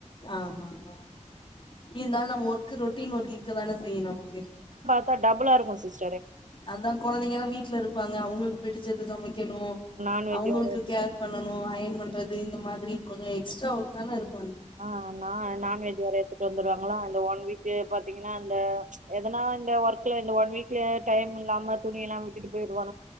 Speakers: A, on the left (about 45°); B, on the right (about 80°).
A: ஆமாம்மா இருந்தாலு நம்ம ஒர்க்கு ரொட் டீம் ஒர்க் இருக்கதான செ த்தி நமக்கு
B: ப்ப டபுளா இருக்கு சி்ஸ்
A: அதா கொழந்தைங்கல்லா வீட்ல இருப்பாங்க அவுங்களுக்கு பிடிச் ச்சுது சமைக் வக்கிணு
B: நான்வெஜ்
A: அவுங்களுக்கு
B: வேற எடுத்துட்டு
A: கேர் பண்ணணு அயன் பண்றதுக் இது இந்த மாதிரி கொஞ்ச எக்ஸ்ட்ரா ஒர்க்தான இருக்
B: ஆ நா நான்வெஜ் வேற எடுத்துட்டு வந்துருவாங்களா ல்ல ஒன் வீக்கு பாத்தீங்னா அந்த எதனா இந்த ஒர்க்ல இந்த ஒன் வீக்ல டைம் இல்லாம துணி எல்லா விட்டுட்டு போயிருவாங்